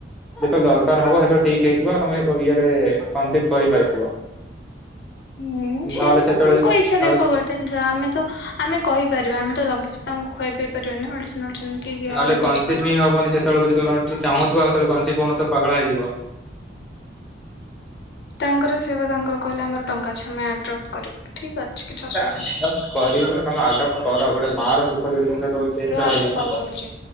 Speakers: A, in the centre; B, on the left (about 60°).
A: ଯେତେବେଳେ ଦରକାର ହବ ସେତେବେଳେ ଠିକ ହେଇଥିବ ତମେ ଇଏରେ କନସି କରିପାରିବ।
B: ହୁଁ ସେ
A: ନହେଲେ ସେତେବେଳେ
B: ତାଙ୍କ ଇଛା
A: ନହେଲେ
B: ଦେଖ ଗୋଟେ ଆମେ ତ ଆମେ କହିପାରିବା ଆମ ତ ଜବରଦସ୍ତି ତାଙ୍କୁ ଖୁଏଇ ପିଏଇ ପାରିବା ନି ନା ମେଡିସିନ କି
A: ନହେଲେ
B: ଅଧିକ
A: କନସିିପ
B: କିଛି କରିପାରିବାନି।
A: ହିଁ ହବନି ସେତବେଳ ଯେତେବେଳେ ଆମେ ଚାଁହୁ ଥିବା ସେତେବେଳେ କନ୍ସିିପ୍ଟ ହେଉନଥିବ ପାଗଳା ହେଇଯିବ।
B: ତାଙ୍କର ସେ ବା ତାଙ୍କର କହିଲେ ଆମର ଟଙ୍କା ଅଛି ଆମେ ଆଡ୍ରପ୍ କରିବୁ ଠିକ ଅଛି କିଛି ଅସୁବିଧା
A: ଆଡପ୍ଟ
B: ନାହିଁ।
A: କରିବ ତମେ ଆଡପ କର ଗୋଟେ ମା ର ସୁଖ ଯୋଉଟ ଜିନିଷ
B: ନାହିଁ
A: ଜିଷ
B: ରୁହ ଆଉଥରେ
A: ରହିବ
B: କଲ୍
A: ନା।
B: କରୁଛି।